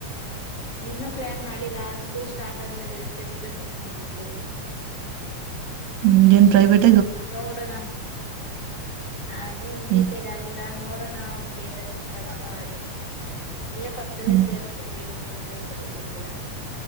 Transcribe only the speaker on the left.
ಇನ್ನುೂ ಪ್ಲಾನ್ ಮಾಡಿಲ್ಲಾ ಸ್ಕೂಲ್ ಸ್ಟಾರ್ಟ್ ಆದ್ಮೇಲೆ ಎಲ್ಲಿ ಸೇರ್ಸ್ಬೇಕು ಅಂತ ನೋಡ್ಬೇಕು.
ನೋಡೋಣ ಅದು ಇನ್ನು
ಡಿಸೈಡ್ ಆಗಿಲ್ಲ ನೋಡೋಣ. ನಾ ಅವನ್ ಹೇಗ್ ಅಡ್ಜಸ್ಟ್ ಆಗುತ್ತೋ ಹಾಗೆ ಎಲ್ಲೇ ಪಕ್ಕದಲ್ಲೇ
ಸೇರ್ಸ್ಬೇಕು ಎಲ್ಲಿ ಸೇರ್. ಸರಿಯಾಗಿ ಗೊತ್ತಿಲ್ಲ.